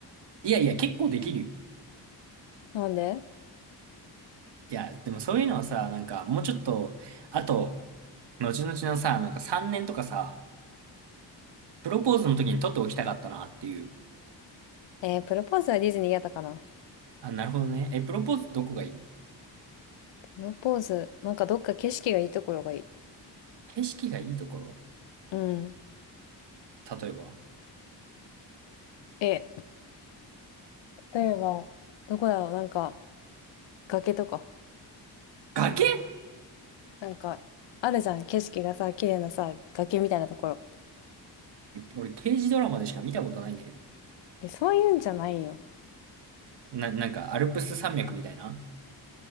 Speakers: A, on the right (about 70°); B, on the left (about 85°).
A: いやいや、結構できるよ。
B: なんで
A: いや、でもそういうのはさ、なんか、もうちょっと、あと、後々のさ、なんか3年とかさ、プロポーズの時に撮っておきたかったなっていう。
B: えー、プロポーズはディズニー嫌だかな。
A: あ、なるほどね。え、プロポーズどこがいいの
B: プロポーズ、なんかどっか景色がいいところがいい。
A: 景色がいいところ
B: うん。
A: 例えば。
B: え、例えば、どこだろう、なんか、崖とか。
A: 崖
B: なんか、あるじゃん。景色がさ、綺麗なさ、崖みたいなところ。
A: 俺、刑事ドラマでしか見たことないんだけど。
B: え、そういうんじゃないよ。
A: な、なんか、アルプス山脈みたいな